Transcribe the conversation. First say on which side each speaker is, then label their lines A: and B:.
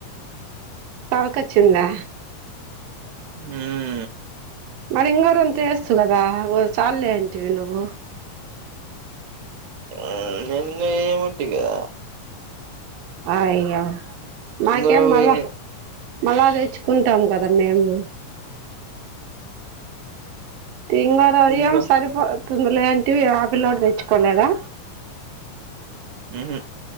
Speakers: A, on the right; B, on the right.
A: సంక వచ్చిందా
B: మ్
A: మరి ఇంగ రొంత వేస్త కదా చాలలేే అంటవి నువ్వు
B: ఆ నన్నే ఉత్తిగా
A: అయ్యా నాకేం
B: ముంగర పోయి
A: మళా మళ్ళా తెచ్చుకుంటాం కదా మేము తిన్నారాయ్యా
B: ఉందా
A: సరిపోతుంది లేంటివి ఆపిల్లోడు తెచ్చుకోలేదా
B: మ్ హూ